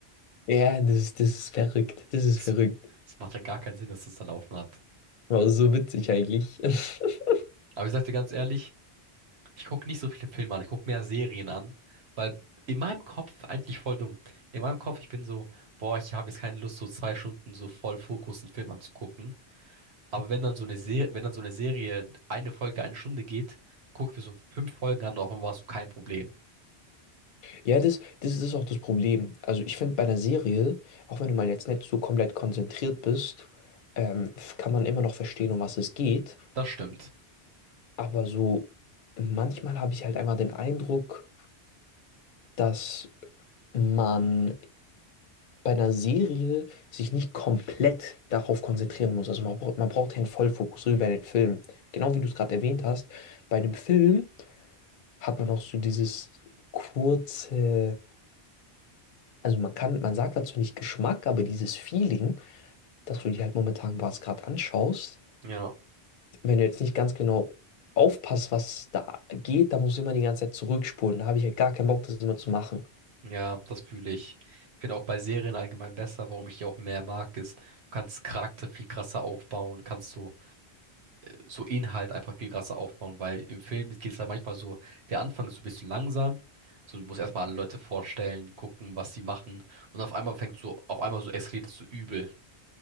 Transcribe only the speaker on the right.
Das,
das macht ja gar keinen Sinn, dass das da laufen hat.
Aber ich sag dir ganz ehrlich, Ich gucke nicht so viele Filme an, ich gucke mehr Serien an, weil in meinem Kopf eigentlich voll dumm. In meinem Kopf, ich bin so, boah, ich habe jetzt keine Lust, so zwei Stunden so voll Fokus einen Film anzugucken. Aber wenn dann so eine Serie, wenn dann so eine Serie eine Folge eine Stunde geht, gucke ich mir so fünf Folgen an, auf einmal hast du kein Problem.
Das stimmt.
Ja,
ja, das fühle ich. Ich finde auch bei Serien allgemein besser, warum ich die auch mehr mag, ist, du kannst Charakter viel krasser aufbauen, du kannst so so Inhalt einfach viel krasser aufbauen, weil im Film geht es halt manchmal so, der Anfang ist so ein bisschen langsam, so du musst erstmal alle Leute vorstellen, gucken, was sie machen und auf einmal fängt so, auf einmal so eskaliert es so übel.